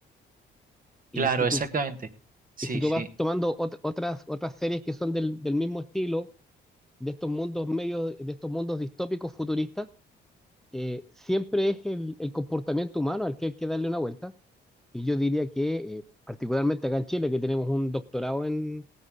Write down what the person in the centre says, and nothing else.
y
si tú,
y si tú
vas tomando ot- otras, otras series que son del, del mismo estilo, de estos mundos medios, de estos mundos distópicos futuristas, eh, siempre es el, el comportamiento humano al que hay que darle una vuelta Y yo diría que, eh, particularmente acá en Chile, que tenemos un doctorado en